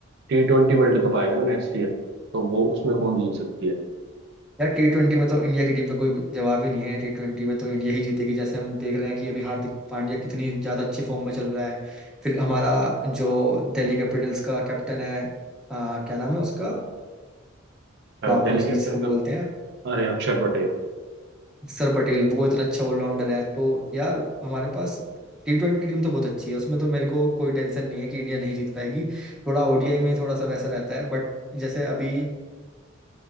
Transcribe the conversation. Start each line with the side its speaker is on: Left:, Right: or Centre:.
Right: T twenty world cup आएगा ना नेक्स्ट ईयर तो वो उसमें कौन जीत सकती है
Centre: यार टी ट्वेंटी में तो इंडिया की टीम का कोई जवाब ही नहीं है टी ट्वेंटी में तो इंडिया ही जीतेगी जैसे हम देख रहे हैं कि अभी हार्दिक पांड्या कितनी ज्यादा अच्छी फॉर्म में चल रहा है फिर हमारा जो दिल्ली कैपिटल्स का कैप्टन है आ, क्या नाम है उसका
Right: अ,
Centre: बापू
Right: दिल्ली कैपिटन
Centre: जी जिसको
Right: का
Centre: बोलते
Right: तो
Centre: हैं
Right: अरे अक्षर पटेल
Centre: सर पटेल वो इतना अच्छा ऑलराउंडर है तो यार हमारे पास टी ट्वेंटी की टीम तो बहुत अच्छी है उसमें तो मेरे को कोई टेंशन नहीं है कि इंडिया नहीं जीत पाएगी थोड़ा ओडीआई में थोड़ा सा वैसा रहता है बट जैसे अभी